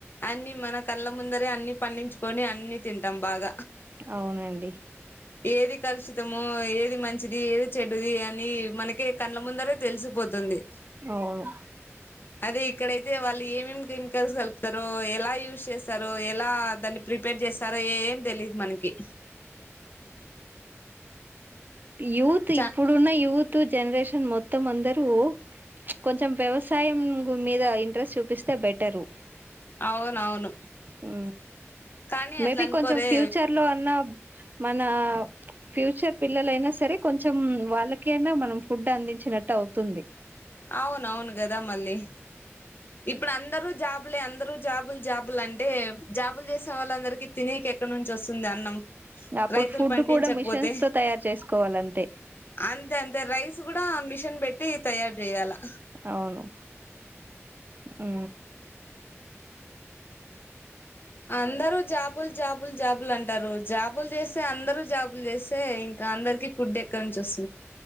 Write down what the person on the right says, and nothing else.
ఔనండి
ఔను
యూత్
ఇప్పుడున్న యూతు జన్రేషన్ మొత్తం అందరూ కొంచం వ్యవసాయం గు మీద ఇంట్రెస్ట్ చూపిస్తే బెటరు
ఊ
మేబి
కొంచెం ఫ్యూచర్ లో అన్న మనా ఫ్యూచర్ పి ల్లలైనా సరే కొంచెం వాళ్ళకైనా మనం ఫుడ్డ్ అందించినట్టు ఔతుంది
అప్పుడు
ఫుడ్
కూడా మిషన్స్ తో తయారు చేసుకోవాలంతే
ఔను ఊ